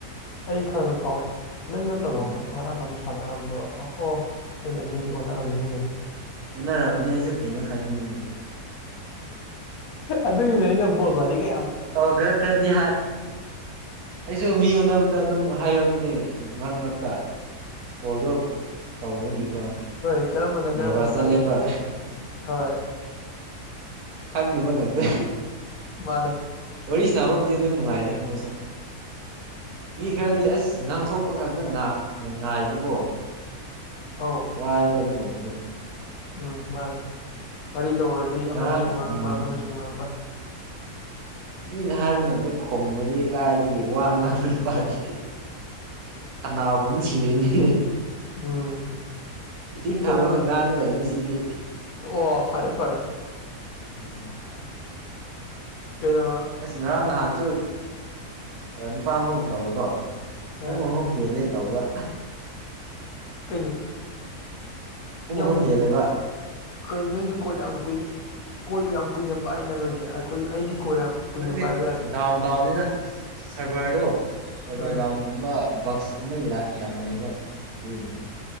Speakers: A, on the left (about 70°); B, on the right (about 75°).
A: ꯑꯩ ꯈꯔ ꯈꯔ ꯀꯥꯎꯋꯦ ꯅꯪ ꯅꯠꯇꯕ꯭ꯔꫭ
B: ꯎꯝ
A: ꯉꯔꯥꯡ ꯑꯃ ꯁꯥꯟꯅꯔꯝꯕꯗꯣ ꯑꯣ ꯑꯩꯅ ꯃꯤ ꯑꯣꯟꯅꯔꯝꯕꯅꯤꯅꯦ
B: ꯑꫭꯟꯅꯔꯝꯃꯅꯤ ꯑꯩꯁꯨ ꯀꯩꯅꯣ ꯈꯟꯕꯅꯤꯅꯦ
A: ꯑꯗꯨꯒꯤꯅꯦ ꯑꯩꯅ ꯕꯣꯜ ꯋꯥꯔꯤꯒ ꯌꯥꯝ
B: ꯑꯧ ꯈꯔ ꯈꯔꯗꯤ ꯍꯥꯏ ꯑꯩꯁꯨ ꯃꯤ ꯎꯅꯕ ꯑꯗꯨꯗ ꯑꯗꯨꯝ ꯍꯥꯏꯔꯛꯄꯅꯦ ꯃꯔꯛ ꯃꯔꯛꯇ ꯀꯣꯜꯗꫭ ꯇꯧꯕꯒꯤꯀꯣ
A: ꯍꯣꯏ ꯀꯔꯝꯕꯅ
B: ꯅꯔꯚꯁ
A: ꯀꯔꯝꯕꯅꯣ
B: ꯆꯠꯂꯦꯕ
A: ꯈꯪꯗꯕꯒꯦ ꯍꯣꯏ
B: ꯈꯪꯗꯕ ꯉꯛꯇ
A: ꯃꯥꯅꯦ
B: ꯋꯥꯔꯤꯁ ꯅꯕꯕꯨꯗꯤ ꯑꯗꯨꯝ ꯅꯨꯡꯉꯥꯏꯔ꯭ꯔꯦ ꯃꯣꯏꯁꯨ ꯃꯤ ꯈꯔꯗꯤ ꯑꯁ ꯉꯥꯡꯊꯣꯛ ꯀꯛꯄ ꯈꯛꯇ ꯉꯥꯏꯕꯀꯣ
A: ꯑꯣ
B: ꯋꯥꯏꯕ ꯑꯗꯨꯒꯨꯝꯕꯗꯣ
A: ꯎꯝ ꯃꯥꯅꯦ ꯋꯥꯔꯤ ꯇꯧꯔꯗꯤ
B: ꯉꯔꯥꯡ
A: ꯑꯃꯅꯁꯨ ꯉꯥꯡꯕ
B: ꯑꯥ
A: ꯑꯃꯅꯁꯨ ꯉꯥꯡꯕ
B: ꯃꯤꯅ ꯍꯥꯏꯕ ꯉꯥꯛꯇ ꯈꯨꯝꯃꯅꯤ ꯀꯥꯏꯗꯒꯤ ꯋꯥ ꯉꯥꯡꯕꯅꯣ ꯄꯗꯤ ꯑꯅꯥ ꯄꯨꯟ ꯁꯤꯔꯅꯤ
A: ꯎꯝ
B: ꯏꯁꯤꯡ
A: ꯀꯩꯅꯣ
B: ꯊꯥꯡꯃꯒ ꯉꯥꯡꯒꯗꯕꯅꯤ ꯁꯤꯗꯤ
A: ꯑꯣ ꯐꯔꯦ ꯐꯔꯦ
B: ꯎꯝ
A: ꯀꯩꯅꯣ
B: ꯑꯁ ꯉꯔꯥꯡ ꯅꯍꯥꯟꯁꯨ ꯅꯨꯄꯥ ꯑꯃꯕꯨ ꯇꯧꯋꯀꯣ
A: ꯑ
B: ꯄꯨꯡ ꯑꯍꯨꯝ ꯌꯦꯂꯦ ꯇꯧꯕ
A: ꯀꯩꯅꯣ
B: ꯄꯨꯡ
A: ꯌꯥꯝ
B: ꯑꯍꯨꯝ ꯍꯦꯜꯂꯦꯕ
A: ꯀ ꯅꯣꯏꯗꯤ ꯀꯣꯂ ꯌꯥꯝ ꯀꯨꯏ ꯀꯣꯜ ꯌꯥꯝ ꯀꯨꯏꯅ ꯄꯥꯛꯏꯅ ꯅꯣꯏꯗꯤ ꯑꯩꯈꯣꯏ ꯑꯩꯗꯤ ꯀꯣꯜ ꯌꯥꯝ ꯀꯨꯏꯅ
B: ꯈꯪꯗꯦ
A: ꯄꯥꯏꯕ ꯌꯥꯗꯦ
B: ꯗꯥꯎ ꯗꯥꯎꯅꯤꯅ ꯁꯔꯚꯔꯗꯣ
A: ꯑꯣ
B: ꯁꯔꯚꯔ
A: ꯎꯝ
B: ꯗꯥꯎꯟ ꯀꯨꯝꯕ ꯕꯛꯁ ꯀꯨꯝꯕ ꯌꯥꯝ ꯂꯩꯩꯕ ꯑꯗꯨꯏꯅꯤꯅ